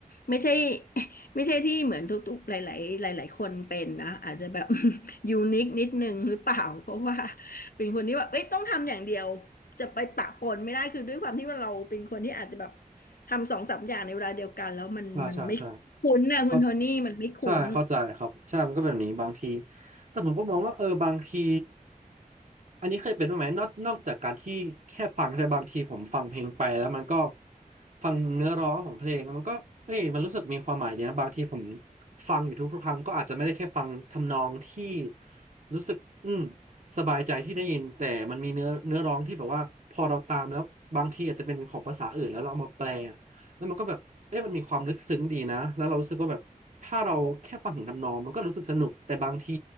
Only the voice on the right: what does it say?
ใช่ใช่ใช่เขาใช่เข้าใจครับใช่มันก็เป็นแบบนี้บางทีแต่ผมก็มองว่าเออบางทีอันนี้เคยเป็นบ้างไหมนอกนอกจากการที่แค่ฟังแต่บางทีผมฟังเพลงไปแล้วมันก็ฟังเนื้อร้องของเพลงมันก็เอ้ยมันรู้สึกมีความหมายดีนะบางทีผมฟังอยู่ทุกๆครั้งก็อาจจะไม่ได้แค่ฟังทำนองที่รู้สึกอืมสบายใจที่ได้ยินแต่มันมีเนื้อเนื้อร้องที่แบบว่าพอเราตามแล้วบางทีอาจจะเป็นของภาษาอื่นแล้วเราเอามาแปล แล้วมันก็แบบเอ๊ะมันมีความลึกซึ้งดีนะแล้วเรารู้สึกว่าแบบถ้าเราแค่ฟังถึงทำนองมันก็รู้สึกสนุกแต่บางที